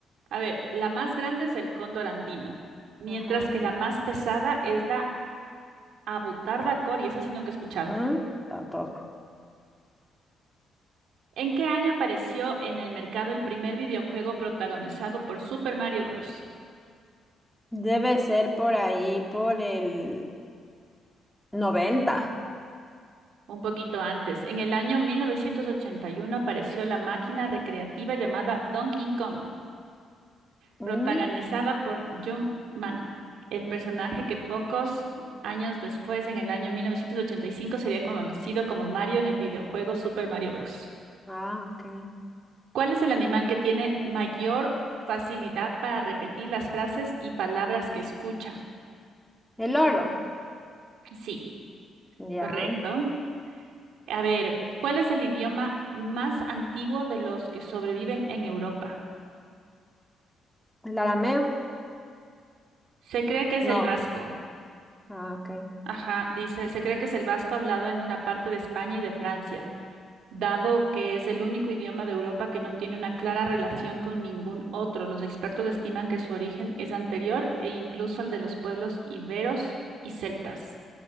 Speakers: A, on the right (about 75°); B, in the centre.
A: A ver, la más grande es el cóndor andino, mientras
B: Ajá.
A: que la más pesada es la abutarda cori, esa sí nunca he escuchado.
B: ¿Mm? Tampoco.
A: ¿En qué año apareció en el mercado el primer videojuego protagonizado por Super Mario Bros?
B: Debe ser por ahí, por el noventa.
A: Un poquito antes, en el año 1981 apareció la máquina recreativa llamada Donkey Kong,
B: ¿Mm?
A: protagonizada por Jim Man, el personaje que pocos años después, en el año 1985, sería conocido como Mario en el videojuego Super Mario Bros.
B: Ah, ok.
A: ¿Cuál es el animal que tiene mayor facilidad para repetir las frases y palabras que escucha?
B: El oro.
A: Sí,
B: Ya.
A: correcto. A ver, ¿cuál es el idioma más antiguo de los que sobreviven en Europa?
B: ¿El arameo?
A: Se cree que es
B: No.
A: el vasco.
B: Ah, ok.
A: Ajá, dice, se cree que es el vasco hablado en una parte de España y de Francia, dado que es el único idioma de Europa que no tiene una clara relación con ningún otro. Los expertos estiman que su origen es anterior e incluso al de los pueblos iberos y celtas.